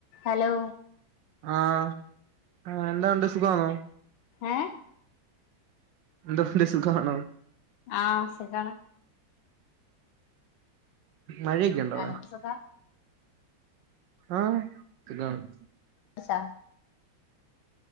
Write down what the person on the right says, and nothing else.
ആഹ ആ എന്താ ഉണ്ട് സുഖാന്നോ
എന്ത പിന്നെ സുഖാണോ
മഴയൊക്കെ ഉണ്ടോ അവിടെ
ആഹ സുഖാണ്